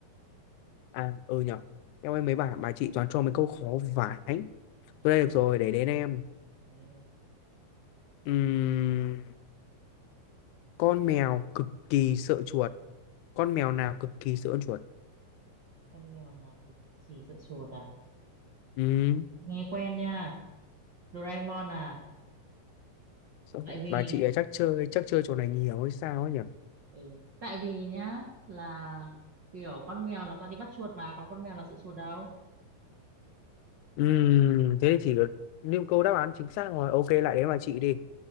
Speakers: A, on the left (about 80°); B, on the right (about 40°).
A: À, ừ nhở Em ơi mấy bà bà chị toàn cho mấy câu khó vãi. Tôi đây
B: Thế
A: được
B: ạ.
A: rồi, để đến em.
B: ừ.
A: Ừm, con mèo cực kỳ sợ chuột. Con mèo nào cực kỳ sợ con chuột?
B: con mèo nào cực kỳ sợ chuột à
A: Ừm,
B: nghe quen nha Doraemon à
A: sao-
B: tại vì
A: bà chị ấy chắc chơi chắc chơi trò này nhiều hay sao ấy nhỉ?
B: ừ. tại vì nhá là kiểu con mèo nó toàn đi bắt chuột mà còn con mèo nào sợ chuột đâu
A: Ừm, thế thì chỉ được nhưng câu đáp án chính xác rồi. Ok lại đến bà chị đi.